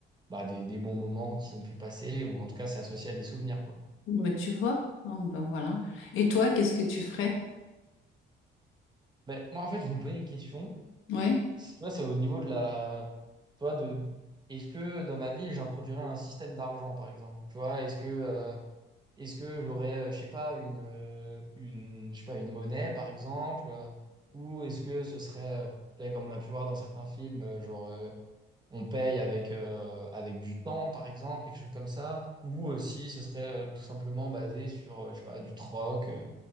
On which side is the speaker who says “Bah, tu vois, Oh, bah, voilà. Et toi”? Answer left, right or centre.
Left